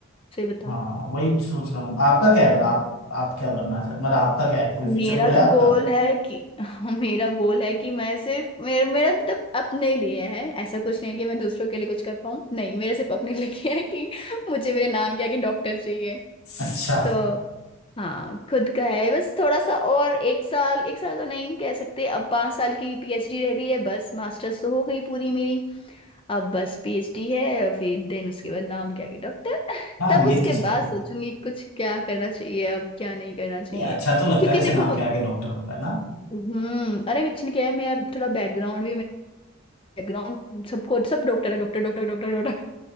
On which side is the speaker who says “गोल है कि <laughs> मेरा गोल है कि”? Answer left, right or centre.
Left